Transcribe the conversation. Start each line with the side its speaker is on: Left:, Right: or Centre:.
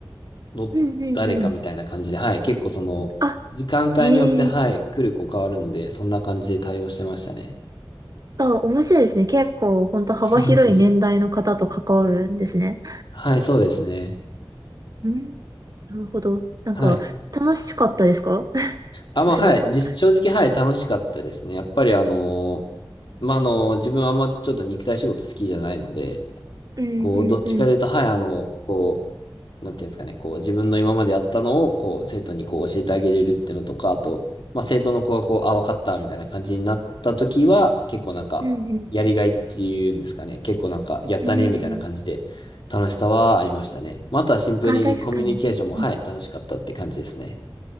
Left: の誰かみたいな感じで、
Right: うんうんうん。
Left: はい。結構その、
Right: あ、
Left: 時間帯によって、
Right: へえ。
Left: はい、来る子変わるんで、そんな感じで対応してましたね。
Right: あ、面白いですね。結構、本当幅広い年代の方と関わるんですね。
Left: そうですね。はい、そうですね。
Right: うん。なるほど。なんか、
Left: はい。
Right: 楽しかったですか <laughs>
Left: あ、まあ、
Right: お仕事。
Left: はい。じ正直、はい、楽しかったですね。やっぱり、あのーまあ、あのー自分はあんまちょっと肉体仕事好きじゃないので、
Right: うんうんうん。
Left: こう、どっちかというと、はい、あの、こう、なんていうんですかね、こう、自分の今までやったのを、こう、生徒にこう、教えてあげれるっていうのとか、あと、まあ、生徒の子がこう、あ、わかった、みたいな感じになった時は、結構なんか、
Right: うん
Left: やりがいっていうんですかね、結構なんか、やったね、
Right: うん。うん。
Left: みたいな感じで、楽しさはありましたね。まあ、あとはシンプルにコミュニケーションも、
Right: あ、確かに。うん
Left: はい、楽しかったって感じですね。